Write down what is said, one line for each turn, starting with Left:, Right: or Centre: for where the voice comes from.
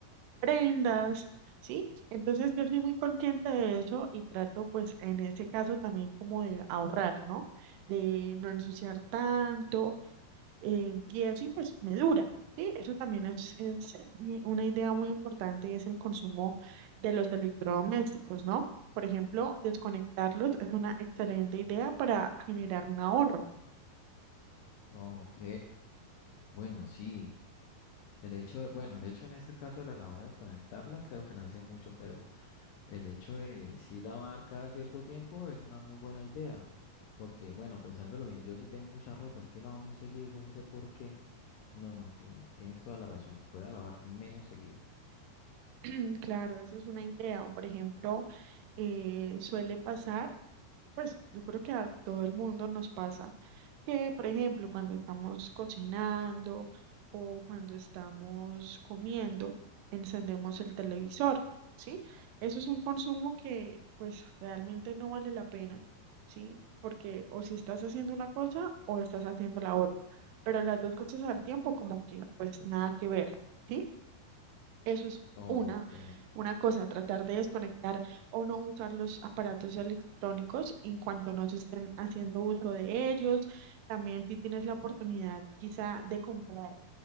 Right: prendas, ¿sí? Entonces yo soy muy consciente de eso y trato pues en ese caso también como de ahorrar, ¿no? De no ensuciar tanto eh, y eso y pues me dura, ¿sí? Eso también es, es eh, una idea muy importante y es el consumo de los electrodomésticos, ¿no? Por ejemplo, desconectarlos es una excelente idea para generar un ahorro.
Left: Ok, bueno, sí. El hecho de, bueno, el hecho en este caso de la lavadora desconectarla, creo que no hace mucho, pero el hecho de sí lavar cada cierto tiempo es una muy buena idea. Porque, bueno, pensándolo bien, yo sí tengo mucha ropa, es que lavo muy seguido, yo no sé por qué. No, no, tien- tienes toda la razón. Voy a lavar menos seguido.
Right: <clears throat> Claro, esa es una idea. O por ejemplo, eh, suele pasar, pues yo creo que a todo el mundo nos pasa, que por ejemplo cuando estamos cocinando o cuando estamos comiendo, encendemos el televisor, ¿sí? Eso es un consumo que pues realmente no vale la pena, ¿sí? Porque o si estás haciendo una cosa o estás haciendo la otra, pero las dos cosas al tiempo como que pues nada que ver. ¿sí? Eso es
Left: Ok.
Right: una, una cosa, tratar de desconectar o no usar los aparatos electrónicos en cuanto no se estén haciendo uso de ellos. También si tienes la oportunidad quizá de comprar